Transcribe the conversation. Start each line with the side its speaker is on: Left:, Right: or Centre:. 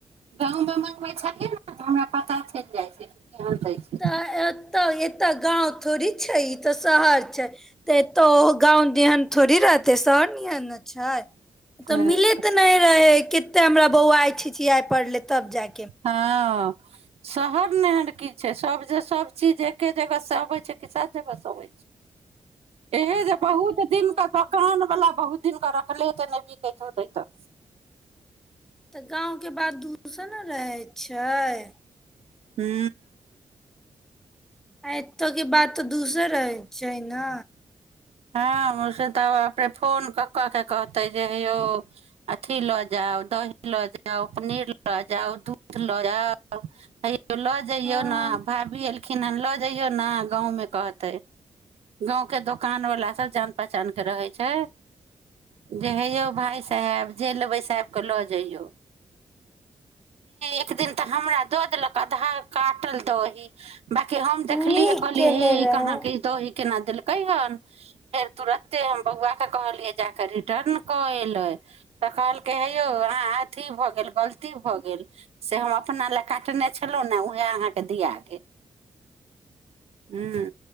Right: गाँवमे मँ्गबै छलियै ने तऽ हमरा पता चलि जाइ छै केहन दै छै
Centre: तऽ त एता गांव थोड़ी छै ई तऽ शहर छै तऽ तो गाँंहन थोड़ी रहतै शहरहन ने छै तऽ
Right: अच्छा
Centre: मिले तऽ नहि रहै क ते हमरा बौआ छिचिया पड़ले तब जाय
Right: हँ शहर ने एहन की छै सभ जे सभचीज एक्े जगहसँ अबैत छै कि सभ जगहसँ अबैत छै एहे जे बहुत दिन त दोकान बला बहुत दिनक रखले होतै नहि बिक होतै तऽ
Centre: तऽ गाँंव के बात दूष ने रहै छै
Right: हू
Centre: आ एतो की बात तऽ दूसर है छैना
Right: हँ ओ से तऽ अपने फोन कऽ कऽ के कहते जे हेयौ अथी लऽ जाउ दही लऽ जाउ पनीर लऽ जाउ दूध लऽ जाउ हेयौ के लऽ जइयौ
Centre: हँ
Right: ने भाभी ए िन ल जइयो ने गाँ मे कहते गाँं के द कान वला सब जान पहचान के रहै छै जे हे यौ भाय साहेब जे लेबै साहब के लऽ जइयौे एक दिन तऽ हमरा दऽ देलक आधार कार्ड कटल दही बाकी हम देखलिै
Centre: नीक
Right: कहलि
Centre: केने
Right: हे ई
Centre: रहै
Right: कहाँके द केना दलक हान फेर तुरते हम बौआके कहलियै जा कऽ रिटर्न कऽ एलै तऽ कहलकै हे यौ अहाँ अथी भऽ गेल गलती भऽ गेल से हम अपना लए काटने छलहुँ ने उएह अहाँके दिया गेल हँ